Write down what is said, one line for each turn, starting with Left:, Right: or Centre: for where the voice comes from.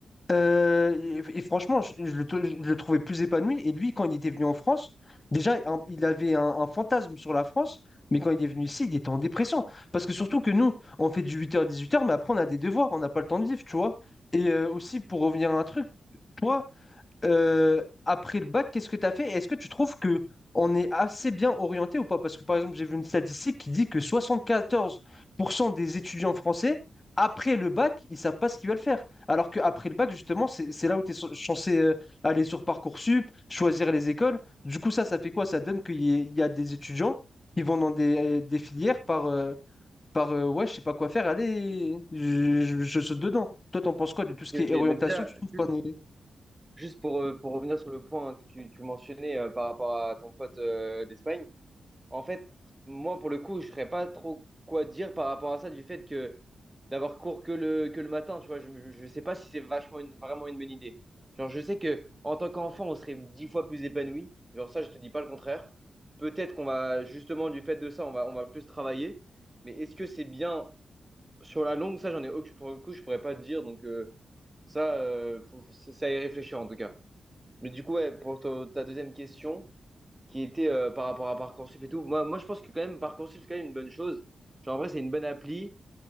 Left: Euh, et, et franchement, je, je le, je le trouvais plus épanoui. Et lui, quand il était venu en France, déjà, un- il avait un, un fantasme sur la France. Mais quand il est venu ici, il était en dépression. Parce que surtout que nous, on fait du huit heures dix-huit heures. mais après, on a des devoirs, on n'a pas le temps de vivre, tu vois. Et euh, aussi, pour revenir à un truc, toi, euh, après le bac, qu'est-ce que tu as fait? Est-ce que tu trouves que on est assez bien orienté ou pas? Parce que par exemple, j'ai vu une statistique qui dit que 74% des étudiants français, après le bac, ils savent pas ce qu'ils veulent faire. Alors qu'après le bac, justement, c'est c'est là où tu es censé euh, aller sur Parcoursup, choisir les écoles. Du coup, ça, ça fait quoi? Ça donne qu'il y, ait- il y a des étudiants qui vont dans des, des filières par, euh, par euh, ouais, je sais pas quoi faire, allez, je, je, je saute dedans. Toi, t'en penses quoi de tout
Right: Ok,
Left: ce qui est
Right: ok.
Left: orientation?
Right: Bah déjà,
Left: Tu trouves
Right: juste,
Left: qu'on est
Right: juste pour, euh, pour revenir sur le point que tu, tu mentionnais euh, par rapport à ton pote euh, d'Espagne, en fait, moi, pour le coup, je ne saurais pas trop quoi dire par rapport à ça, du fait que d'avoir cours que le, que le matin, tu vois, je ne sais pas si c'est vachement une- vraiment une bonne idée. Genre, je sais que en tant qu'enfant, on serait dix fois plus épanoui. Genre, ça, je te dis pas le contraire. Peut-être qu'on va, justement, du fait de ça, on va, on va plus travailler. Mais est-ce que c'est bien sur la longue, ça, j'en ai aucun. Pour le coup, je pourrais pas te dire. Donc, euh, ça, euh, faut- faut- c'est à y réfléchir en tout cas. Mais du coup, ouais, pour ta ta deuxième question, qui était euh, par rapport à Parcoursup et tout, moi, moi, je pense que quand même, Parcoursup, c'est quand même une bonne chose. Genre, en vrai, c'est une bonne appli